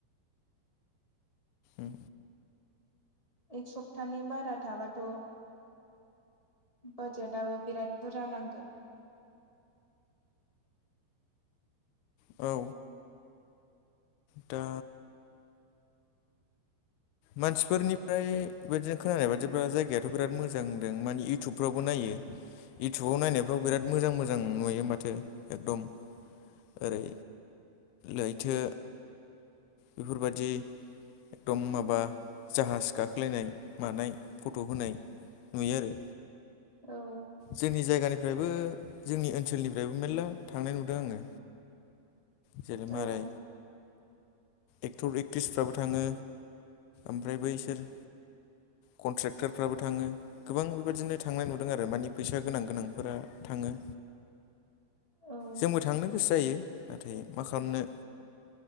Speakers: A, on the left (about 75°); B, on the left (about 25°).
A: ओम
B: एक सप्तानि बारा थाबाथ' बाजेटआबो बिराद बुरजा नांगोन
A: औ दा मानसिफोरनिफ्राय बेबादिनो खोनानाय बादिब्ला जायगायाथ' बिराद मोजां होनदों माने इउटुबफ्रावबो नायो
B: <inaudible>
A: इउटुबाव नायनायफ्राव बिराद मोजां मोजां नुयो माथो एकदम ओरै लैथो बेफोरबायदि एकदम माबा बा जाहाज गाखोलायनाय मानाय फट' होनाय नुयो आरो
B: औ
A: जोंनि जायगानिफ्रायबो जोंनि ओनसोलनिफ्रायबो मेल्ला थांनाय नुदों आङो जेरै
B: औ
A: मारै एक्ट'र एक्ट्रिसफ्राबो थाङो आमफ्राय बैसोर कनट्रेक्टारफ्राबो थाङो गोबां बेबादिनो थांनाय नुदों आरो मानि फैसा गोनां गोनांफोरा थाङो
B: औ
A: जोंबो थांनो गोसो जायो नाथाय मा खालामनो